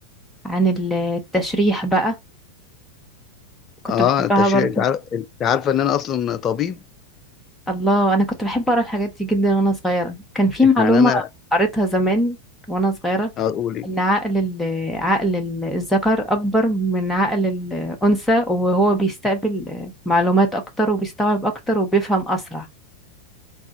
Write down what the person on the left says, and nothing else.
اه
التشريح
انت عارف انت عارفه ان انا اصلا طبيب
يعني
انا
اقول ايه